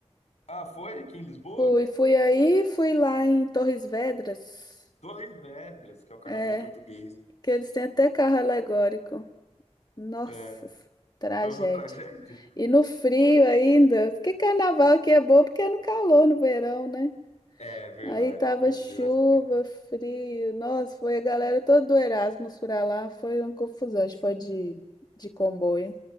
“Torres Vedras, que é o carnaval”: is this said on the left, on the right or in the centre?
Left